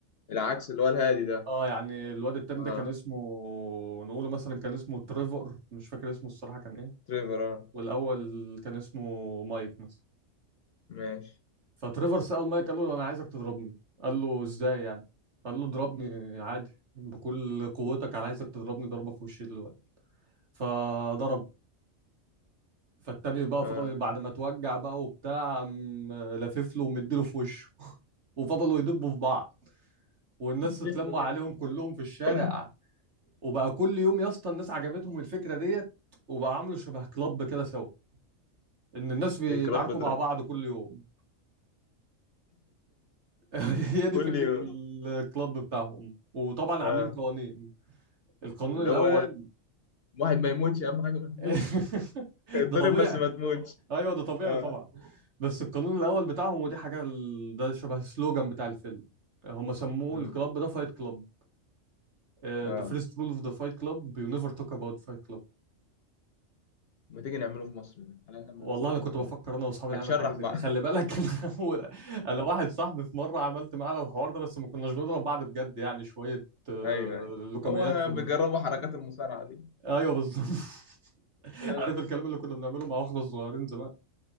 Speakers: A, on the left; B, on the right.
A: العكس اللي هو الهادي ده
B: اه يعني الواد التاني
A: اه
B: ده كان اسمه نقوله مثلا كان اسمه تريفور مش فاكر اسمه الصراحة كان ايه
A: تريفر اه
B: والاول كان اسمه مايك مثلا
A: ماشي
B: فتريفر سأل مايك قال له انا عايزك تضربني قال له ازاي يعني قال له اضربني عادي بكل قوتك انا عايزك تضربني ضربة في وشي دلوقتي فضرب فالتاني بقى
A: اه
B: فضل بعد ما اتوجع بقى وبتاع قام لافف له ومديله في وشه <laughs> وفضلوا يدبوا في بعض والناس
A: <laughs>
B: اتلموا
A: سخنه كده
B: عليهم كلهم في الشارع
A: <laughs>
B: وبقى كل يوم يا اسطى الناس عجبتهم الفكرة ديت وبقى عملوا شبه كلاب كده سوا ان الناس بيتعاركوا
A: اكرام بضرب
B: مع بعض كل يوم <laughs> هي دي
A: كل
B: فكرة
A: يوم
B: الكلاب بتاعهم وطبعا
A: اه
B: عاملين قوانين القانون
A: اللي
B: الاول
A: هو واحد ما يموتش اهم حاجه ما
B: <laughs>
A: يموتش اتضرب
B: ده طبيعي
A: بس ما تموتش
B: ايوه ده طبيعي
A: اه
B: طبعا بس القانون الاول بتاعهم ودي حاجه ال- ده شبه السلوجان بتاع الفيلم هم سموه
A: امم
B: الكلاب ده فايت كلاب ذا
A: اه
B: فيرست رول اوف ذا فايت كلاب يو نيفر توك اباوت فايت كلاب
A: ما تيجي نعمله في مصر ده على ان لما
B: والله
A: الناس هتموت
B: انا كنت
A: بعض
B: بفكر انا واصحابي نعمل
A: هتشرح
B: حاجه زي
A: بعض
B: كده خلي بالك <laughs> هو- انا واحد صاحبي في مره عملت معانا الحوار ده بس ما كناش بنضرب بعض بجد يعني شويه آه،
A: ايوه ايوه
B: لوكميات
A: هو
B: في ال...
A: بيجربوا حركات المصارعه دي
B: ايوه بالظبط <laughs>
A: آه.
B: عارف الكلام اللي كنا بنعمله مع واخده صغيرين زمان